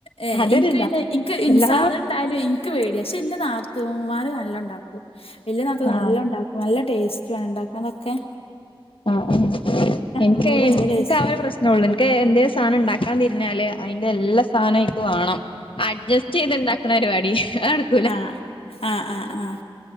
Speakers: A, on the left; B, on the left.
A: ഏഹ
B: അതൊരിതാ
A: ഇനിക്ക് പിന്നെ ഇനിക്ക്
B: എല്ലാ
A: സാധനം ഉണ്ടായാലും ഇനിക്ക് പേടിയ പക്ഷെ ഇന്റെ നാത്തൂന്മാര് നല്ലം ഇണ്ടാക്കും വല്യ നാത്തൂന്
B: ആഹ് ആഹ്
A: നല്ലം ഇണ്ടാക്കും നല്ല ടേസ്റ്റ് ആണ് ഉണ്ടാക്കുന്നതൊക്കെ
B: ആഹ്‌ ആഹ്‌ എനിക്ക്
A: ഉം നല്ല ടേസ്റ്റും
B: എനിക്ക് ആ ഒരു പ്രശ്ന ള്ളൂ എനിക്ക് എന്തേം സാധനം ഉണ്ടാക്കാൻ തിരിഞ്ഞാല് അതിന്റെ എല്ലാ സാധനവും അയിക്ക് വാണം അഡ്ജസ്റ്റ് ചെയ്ത് ഉണ്ടാക്കണ പരിപാടി അതടക്കൂല
A: ആഹ ആഹ് ആഹ് ആഹ